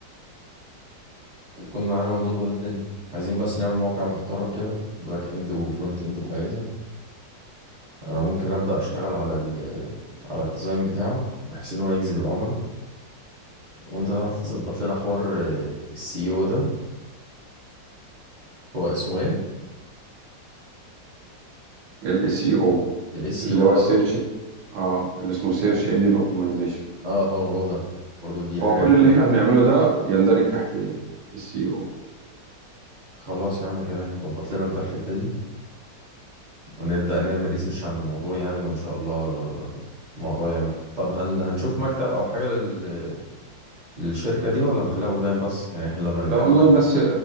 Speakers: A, on the right; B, on the right.
A: هيكون معانا ونظبط الدنيا عايزين بس نعمل موقع محترم كده بباك اند وفرونت اند كويسة انا ممكن ابدا اشتغل على ال على الديزاين بتاعه بحيث ان هو يجذب العملاء وانت تعرف تظبط لنا حوار السي او ده هو اسمه ايه
B: السي او
A: الاس سي
B: اللي
A: او
B: هو السيرش
A: اه
B: اه اللي اسمه سيرش انجن اوبتمايزيشن
A: آه، هو الموضوع ده برضه دي حاجه
B: هو كل اللي احنا بنعمله ده يندرج تحت السي او
A: خلاص يا عم تمام ظبط لنا انت الحته دي ونبدا نعمل ريسيرش عن الموضوع يعني وان شاء الله الموضوع ينجح طب هن... هنشوف مكتب او حاجه لل... للشركه دي ولا هنخليها اونلاين بس يعني احنا لما نتجمع
B: ده اونلاين بس